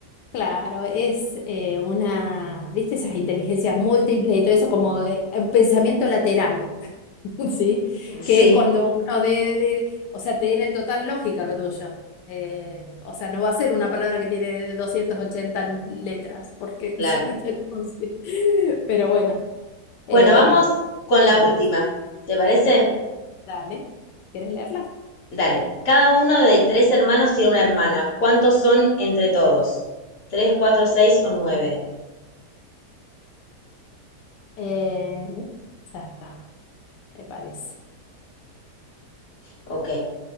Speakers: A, on the left; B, on the left.
A: claro, es eh, una, ¿viste? Esas inteligencias múltiples y todo eso, como eh, un pensamiento lateral. <laughs> ¿sí?
B: <laughs> Sí,
A: Que es cuando uno de, de- o sea, tiene total lógica lo tuyo. Eh, o sea, no va a ser una palabra que tiene 280 letras, porque
B: claro.
A: <laughs> sí tenemos... Pero bueno,
B: Bueno,
A: eh,
B: vamos con
A: dos
B: la
A: formas.
B: última. ¿Te parece?
A: Dale, ¿quieres leerla?
B: Dale. Cada uno de tres hermanos tiene una hermana. ¿Cuántos son entre todos? ¿Tres, cuatro, seis o nueve?
A: Eh, ya está, me parece.
B: Ok,